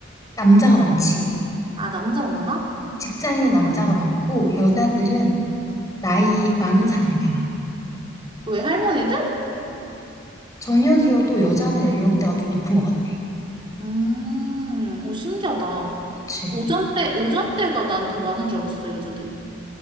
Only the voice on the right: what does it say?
아, 남자가 많아?
왜 할머니들?
음, 오, 신기하다.
오전 때, 오전 때가 난 더 많은 줄 알았어, 여자들이.